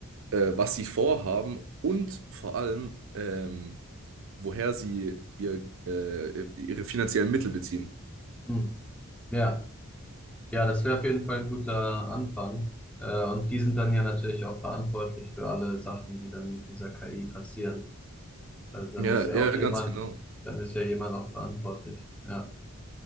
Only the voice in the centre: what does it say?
hm. Ja, ja, das wäre auf jeden Fall ein guter Anfang. Äh, und die sind dann ja natürlich auch verantwortlich für alle Sachen, die dann mit dieser KI passieren. Also dann
ist ja
auch jemand,
dann ist ja jemand auch verantwortlich. Ja.